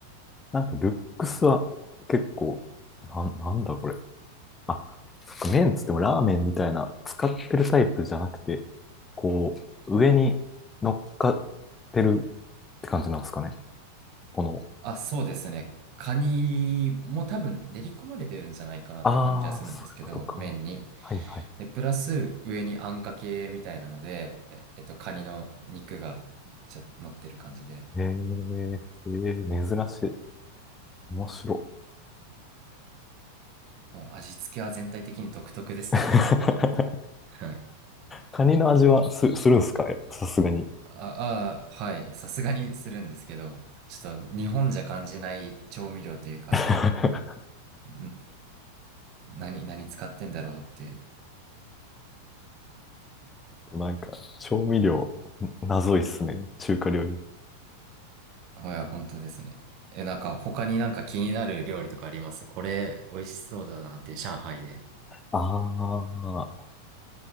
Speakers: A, on the left; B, on the right.
A: なんかルックスは結構、
B: そうです。
A: なん、なんだこれ。あ、そっか、麺っつってもラーメンみたいな、使ってるタイプじゃなくて、こう、上に乗っかってるって感じなんですかね。この
B: あ、そうですね。カニも多分練り込まれてるんじゃないかなって感じはするんですけど、
A: ああ、そういうことか。
B: 麺に。
A: はいはい。
B: で、プラス上にあんかけみたいなので、えっと、カニの肉が乗っちゃ、乗ってる感じで。
A: へえ、えー珍しい。面白い。
B: まあ味付けは全体的に独特ですね、
A: <laughs>
B: やっぱり。はい。
A: カニの味はす、するんすかさすがに。
B: あ、あはい。さすがにするんですけど、ちょっと日本じゃ感じない調味料というか、
A: <laughs>
B: ん、何、何使ってんだろうっていう。
A: なんか、調味料、謎いっすね。中華料理。
B: ほや、本当ですね。え、なんか他になんか気になる料理とかありますこれ美味しそうだなって、上海で。
A: ああ、